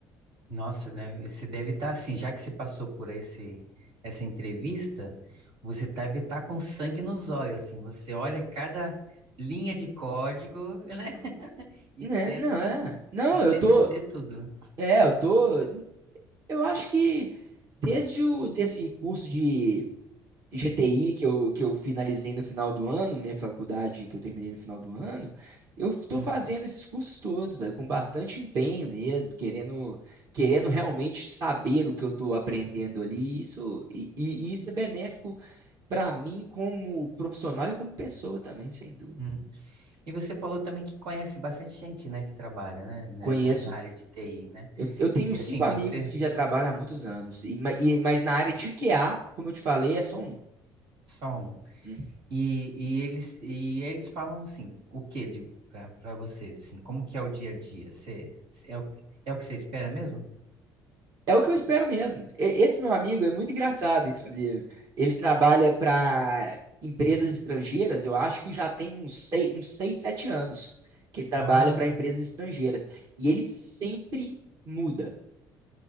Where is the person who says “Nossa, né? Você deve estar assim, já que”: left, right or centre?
Right